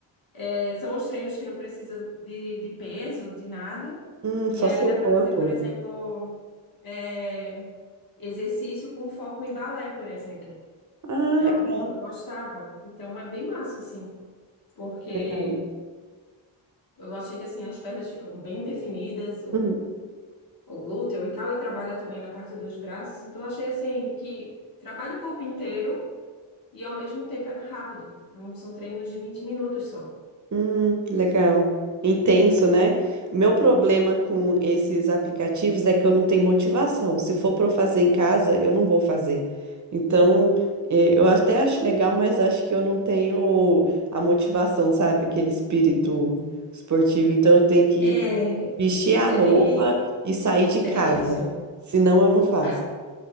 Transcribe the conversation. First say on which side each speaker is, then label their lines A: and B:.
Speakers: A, on the left; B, on the right.
A: É, São os treinos que não precisam de, de peso, de nada.
B: Hum,
A: E
B: só
A: aí
B: seu
A: dá para
B: corpo.
A: fazer, por exemplo, é, exercício com foco em balé, por exemplo,
B: Ah,
A: que é
B: legal.
A: algo que eu gostava. Então é bem massa, assim, porque
B: Legal.
A: eu achei que assim, as pernas ficam bem definidas, o,
B: Uhum.
A: o glúteo e tal, e trabalha também na parte dos braços. Então eu achei assim que trabalha o corpo inteiro e ao mesmo tempo é rápido. Não são treinos de vinte minutos só.
B: Hum, legal. Intenso, né? Meu problema com esses aplicativos é que eu não tenho motivação. Se for para eu fazer em casa, eu não vou fazer. Então, eh, eu até acho legal, mas acho que eu não tenho a motivação, sabe? Aquele espírito esportivo. Então, eu tenho que
A: É,
B: vestir a
A: é
B: roupa
A: bem,
B: e sair de casa.
A: é difícil.
B: Senão, eu não faço.
A: Ah,